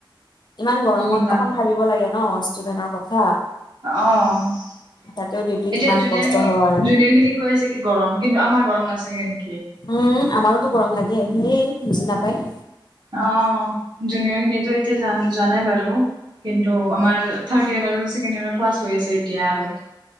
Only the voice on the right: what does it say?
কি বা।
আহ এতিয়া
জুনিয়াৰ
খিনিক
জুনিয়াৰ খিনিক কৈ আছে কি গৰম কিন্তু আমাৰ গৰম নাছিল নি
অ জুনিয়ৰ খিনি এতিয়া জান জানাই বাৰু কিন্তু আমাৰ থাৰ্ড ইয়াৰ আৰু ছেকেণ্ড ইয়ৰ উ হৈছে এতিয়া আৰে